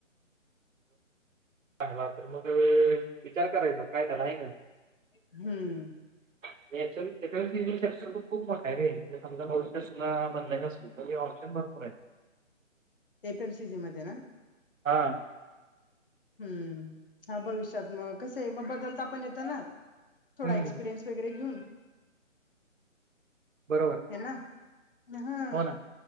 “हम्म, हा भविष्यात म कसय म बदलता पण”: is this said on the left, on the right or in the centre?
Left